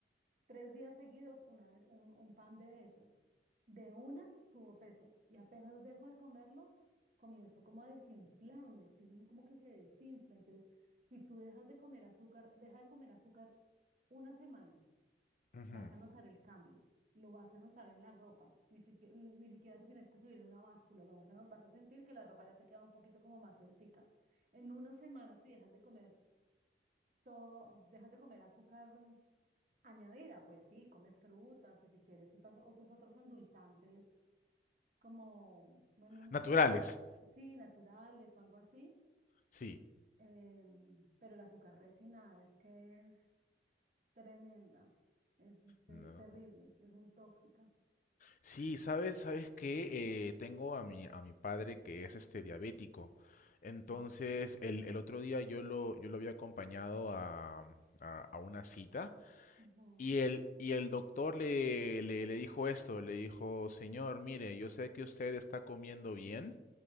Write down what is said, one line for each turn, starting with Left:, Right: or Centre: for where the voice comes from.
Right: tres días seguidos una, de- un, un pan de esos. De una subo peso y apenas dejo de comerlos, comienzo como a desinflarme, es que uno como que se desinfla. Entonces, si tú dejas de comer azúcar, deja de comer azúcar una semana
Left: ujú.
Right: vas a notar el cambio, lo vas a notar en la ropa, ni siquiera, ni siquiera te tienes que subir en una báscula, lo vas a, vas a sentir que la ropa ya te queda un poquito como más sueltica. En una semana, si dejas de comer todo, dejas de comer azúcar añadida, pues sí, comes frutas y si quieres usas, usas otros endulzantes como, bueno, no
Left: Naturales,
Right: sé, sí, naturales o algo así,
Left: sí.
Right: eh, pero el azúcar refinada es que es tremenda, es te-
Left: No.
Right: terrible, es muy tóxica.
Left: Sí, sabes, sabes que tengo a mi, a mi padre que es este diabético. Entonces,
Right: Ah,
Left: el, el otro día yo lo, yo lo había acompañado a, a- a una cita
Right: ujú,
Left: y el, y el doctor le, le, le dijo esto, le dijo, señor, mire, yo sé que usted está comiendo bien.